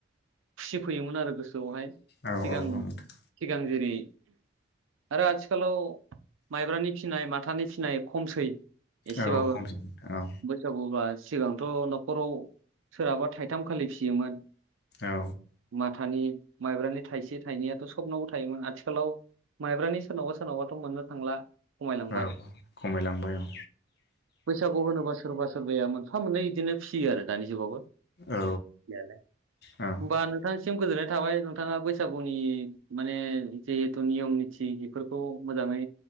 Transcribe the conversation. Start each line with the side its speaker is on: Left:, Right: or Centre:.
Right: खुसि फैयोमोन आरो गोसोआवहाय
Left: औ
Right: सिगां
Left: औ नोंथां
Right: सिगां जेरै आरो आथिखालाव माइब्रानि फिनाय माथानि फिनाय खमसै एसे
Left: औ
Right: बाबो
Left: खमसै नोंथां
Right: बैसागुबा सिगांथ' न'खराव सोरहाबा थाइथाम खालि फियोमोन
Left: औ
Right: माथानि माइब्रानि थाइसे थाइनैयाथ' सबनावबो थायोमोन आथिखालाव। माइब्रानि सोरनावबा सोरनावबाथ' मोननो थांला खमायलांबाय
Left: औ खमायलांबाय औ
Right: बैसागु होनोबासो। सोरबा सोरबाया मोनफा मोननै बिदिनो फियो आरो दानि जुगावबो। फिनायालाइ
Left: औ औ
Right: बा नोंथाङा सि सिम गोजोननाय थाबाय नोंथाङा बैसागुनि माने जे। जिथु नियम निथि बेफोरखौ मोजाङै